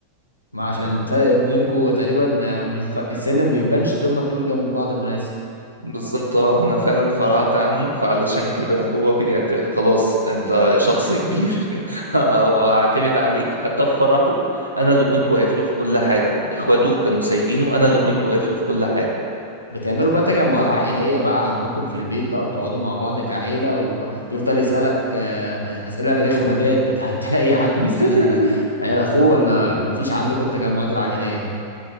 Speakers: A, on the left; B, on the right.
A: ما عشان الفرق بينكم تقريبا مش ف... السن ما بيبانش طول ما الطول جنب بعض مناسب
B: بالظبط اه انا فعلا فرعت عنه فعلشان كده هو بيعت... خلاص انت شخص كبير <laughs> واعتمد عليك حتى في فرحه انا اللي كنت واقف له في كل حاجه اخواته كانوا سايبينه انا اللي كنت واقف له في كل حاجه
A: بتعملوا بقى تجمعات عائلية بقى عندكم في البيت بقى بتقعدوا مع بعض كعيلة وبيفضل يسألك آه، الأسئلة الرخمة ديت بتاعت <laughs> أي حد
B: <laughs>
A: بيسأل عيال أخوه ولا مفيش عندكم التجمعات العائلية دي